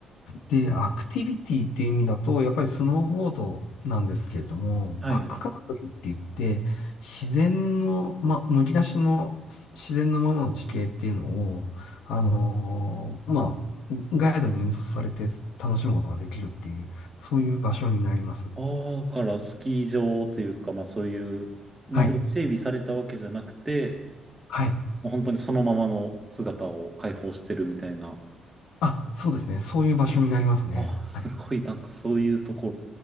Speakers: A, on the left; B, on the right.
A: で、アクティビティっていう意味だと、やっぱりスノーボードなんですけれども、
B: はい。
A: バックカントリーって言って、自然の、まあ、むき出しのし自然のままの地形っていうのを、あのーまあ、ガイドに引率されて楽しむことができるっていう、そういう場所になります。
B: ああ、だからスキー場というか、まあそういうので整備されたわけじゃなくて、
A: はい。はい。
B: もう本当にそのままの姿を解放してるみたいな。
A: あ、そうですね。そういう場所になりますね。
B: ああ、すごい、
A: はい。
B: なんかそういうところ